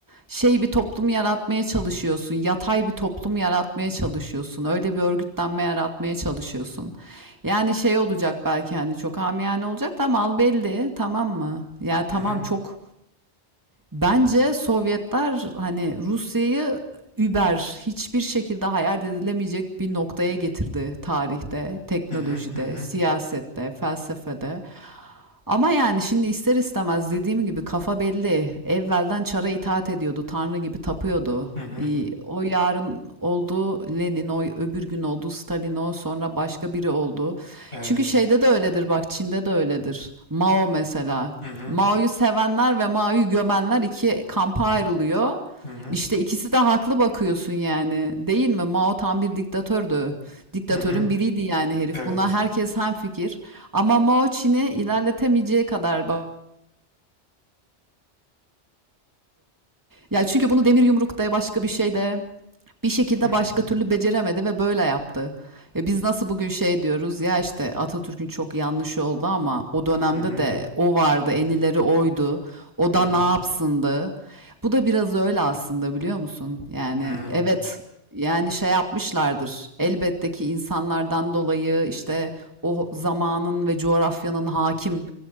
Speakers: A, on the right; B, on the left.
A: şey bir toplum yaratmaya çalışıyorsun. Yatay bir toplum yaratmaya çalışıyorsun. Öyle bir örgütlenme yaratmaya çalışıyorsun. Yani şey olacak belki hani çok amiyane olacak da mal belli tamam mı? Ya tamam
B: Hı hı.
A: çok Bence Sovyetler hani Rusya'yı über hiçbir şekilde hayal edilemeyecek bir noktaya getirdi tarihte, teknolojide,
B: Hı hı. Hı hı.
A: siyasette, felsefede. Ama yani şimdi ister istemez dediğim gibi kafa belli. Evvelden çara itaat ediyordu, tanrı gibi tapıyordu.
B: Hı hı.
A: Ee, O yarın oldu Lenin, o öbür gün oldu Stalin, o sonra başka biri oldu.
B: Evet.
A: Çünkü şeyde de öyledir bak Çin'de de öyledir. Mao mesela.
B: Hı hı.
A: Mao'yu sevenler ve Mao'yu gömenler iki kampa ayrılıyor.
B: Hı hı.
A: İşte ikisi de haklı bakıyorsun yani. Değil mi? Mao tam bir diktatördü. Diktatörün
B: Hı hı.
A: biriydi yani herif.
B: Evet.
A: Buna herkes hemfikir. Ama Mao Çin'i ilerletemeyeceği kadar bakıyor. Ya çünkü bunu demir yumrukta başka bir şeyde bir şekilde
B: Hı hı.
A: başka türlü beceremedi ve böyle yaptı. E biz nasıl bugün şey diyoruz ya işte Atatürk'ün çok yanlış oldu ama o dönemde
B: Hı hı.
A: de o vardı, en ileri oydu. O
B: Hı
A: da
B: hı.
A: ne yapsındı? Bu da biraz öyle aslında biliyor musun? Yani
B: Hı.
A: evet yani şey yapmışlardır. Elbette ki insanlardan dolayı işte o zamanın ve coğrafyanın hakim